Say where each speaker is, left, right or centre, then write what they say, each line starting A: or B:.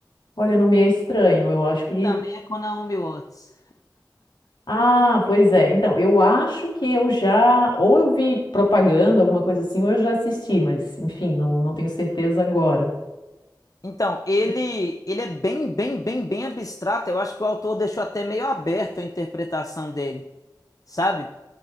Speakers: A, on the left (about 75°); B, on the left (about 50°).
A: Olha, não me é estranho, eu acho que
B: E também é com Naomi Watts.
A: Ah, pois é. Então, eu acho que eu já, ou eu vi propaganda, alguma coisa assim, ou eu já assisti, mas enfim, não, não tenho certeza agora.
B: Então, ele,
A: Sim.
B: ele é bem, bem, bem, bem abstrato. Eu acho que o autor deixou até meio aberto a interpretação dele, sabe?